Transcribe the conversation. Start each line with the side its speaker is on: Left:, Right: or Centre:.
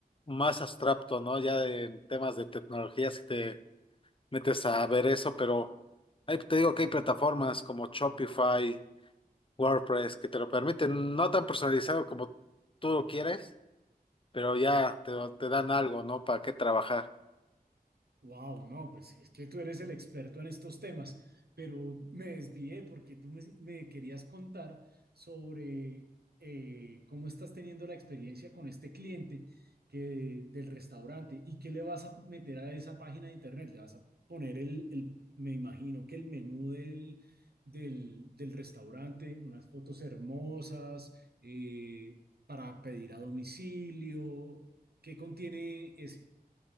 Left: más abstracto, ¿no? Ya en temas de tecnología, si te metes a ver eso, pero ahí te digo que hay plataformas como Shopify, WordPress, que te lo permiten, no tan personalizado como tú lo quieres, pero ya te, te dan algo, ¿no? Para qué trabajar.
Right: Wow, no, pues es que tú eres el experto en estos temas, pero me desvié porque tú me, me querías contar sobre eh, cómo estás teniendo la experiencia con este cliente que, del restaurante y qué le vas a meter a esa página de internet. Le vas a poner el, el- me imagino que el menú del, del, del restaurante, unas fotos hermosas eh, para pedir a domicilio. ¿Qué contiene ese?